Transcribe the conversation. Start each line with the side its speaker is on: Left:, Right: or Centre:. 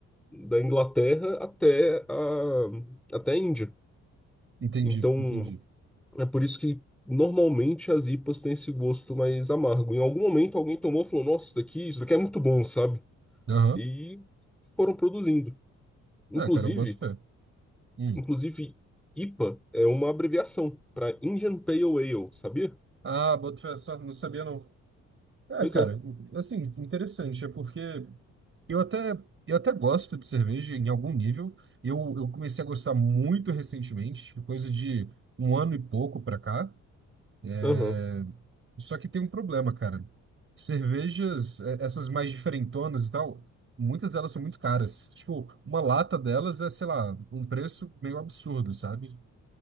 Centre: da Inglaterra até a, até a Índia.
Right: Entendi,
Centre: Então,
Right: entendi.
Centre: é por isso que normalmente as IPAs têm esse gosto mais amargo. Em algum momento alguém tomou e falou, nossa, isso daqui, isso daqui é muito bom, sabe?
Right: Aham.
Centre: E foram produzindo. Inclusive,
Right: Ah, cara, eu boto fé. Hum.
Centre: inclusive IPA é uma abreviação para Indian Pale Ale, sabia?
Right: Ah, boto fé, só não sabia não. É,
Centre: Pois
Right: cara,
Centre: é.
Right: assim, interessante, é porque eu até, eu até gosto de cerveja em algum nível. Eu, eu comecei a gostar muito recentemente, tipo, coisa de um ano e pouco pra cá.
Centre: Aham.
Right: É, Só que tem um problema, cara. Cervejas, eh, essas mais diferentonas e tal, muitas delas são muito caras. Tipo, uma lata delas é, sei lá, um preço meio absurdo, sabe?